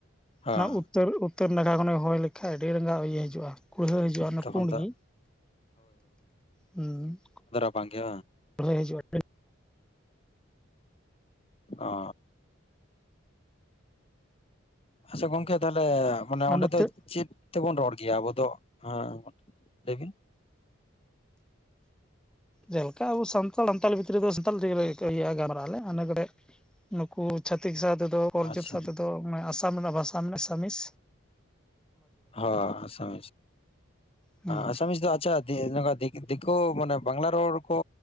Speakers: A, on the left; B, in the centre.
A: ᱦᱳᱭ
B: ᱚᱱᱟ ᱩᱛᱚᱨ ᱩᱛᱚᱨ ᱱᱟᱠᱷᱟ ᱠᱷᱚᱱ ᱦᱚᱭ ᱞᱮᱠᱟ ᱮ ᱠᱷᱟᱡ ᱟᱹᱰᱤ ᱨᱟᱸᱜᱟᱣ ᱤᱭᱟᱹ ᱦᱤᱡᱩᱜᱼᱟ᱾ ᱠᱩᱲᱦᱟᱹ ᱦᱤᱡᱩᱜᱼᱟ ᱚᱱᱟ
A: ᱛᱚᱠᱷᱚᱱ
B: ᱯᱩᱸᱲ
A: ᱫᱚ
B: ᱜᱮ ᱦᱩᱸ
A: ᱵᱟᱝ ᱜᱮ
B: <unintelligible> ᱦᱤᱡᱩᱜ-ᱟ
A: ᱚ ᱟᱪᱪᱷᱟ ᱜᱚᱝᱠᱮ ᱛᱟᱦᱞᱮ ᱢᱟᱱᱮ
B: ᱟᱨ
A: ᱚᱸᱰᱮ
B: ᱱᱚᱛᱮ
A: ᱫᱚ ᱪᱮᱫ ᱛᱮ ᱵᱚᱱ ᱨᱚᱲ ᱜᱮᱭᱟ ᱟᱵᱚ ᱫᱚ ᱦᱮᱸ ᱞᱟᱹᱭ ᱵᱤᱱ
B: ᱡᱮᱞᱮ ᱠᱟ ᱟᱵᱚ ᱥᱟᱱᱛᱟᱞ ᱥᱟᱛᱟᱞ ᱵᱷᱤᱛᱨᱤ ᱫᱚ ᱥᱟᱱᱛᱟᱞ ᱜᱟᱨ ᱢᱟᱨᱟᱜ ᱟᱞᱮ <unintelligible> ᱱᱩ ᱠᱩ ᱪᱷᱟᱛᱤᱠ ᱥᱟᱶ ᱛᱮ ᱫᱚ ᱚᱨᱡᱚᱛ
A: ᱟᱪᱪᱷᱟ
B: ᱥᱟᱶ ᱛᱮ ᱫᱚ ᱟᱥᱟᱢ ᱨᱮᱱᱟᱜ ᱵᱷᱟᱥᱟ ᱢᱮᱱᱟᱜᱼᱟ᱾ ᱥᱟᱢᱤᱥ
A: ᱦᱳᱭ ᱟᱥᱟᱢ
B: ᱦᱩᱸ
A: ᱟᱥᱟᱢ ᱫᱚ ᱟᱪᱷᱟ ᱱᱚᱝᱠᱟ ᱫᱤ ᱠᱳ ᱢᱟᱱᱮ ᱵᱟᱝ ᱞᱟ ᱨᱚᱲ ᱠᱚ